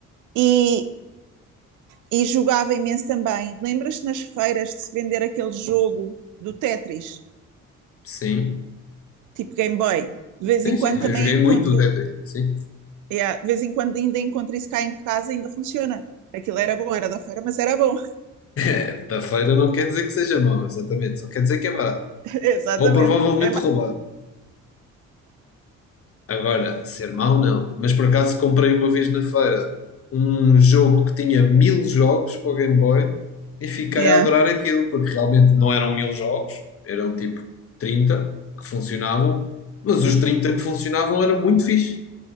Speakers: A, on the right (about 80°); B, on the left (about 50°).
A: E, e jogava imenso também. Lembras-te nas feiras de se vender aquele jogo do Tetris,
B: Sim.
A: tipo Game Boy? De vez
B: Sim,
A: em
B: sim,
A: quando
B: eu
A: também
B: joguei
A: encontro,
B: muito o Tetris, sim.
A: yeah, de vez em quando ainda encontro isso cá em casa, ainda funciona. Aquilo era bom, era da feira, mas era bom.
B: <laughs> Da feira não quer dizer que seja mau, exatamente, só quer dizer que é barato.
A: <laughs> Exatamente.
B: Ou provavelmente
A: É, má...
B: roubado. Agora, ser mau não. Mas por acaso comprei uma vez na feira um jogo que tinha mil jogos para o Game Boy e fiquei
A: yeah.
B: a adorar aquilo, porque realmente não eram mil jogos, eram tipo 30 que funcionavam, mas os 30 que funcionavam eram muito fixe.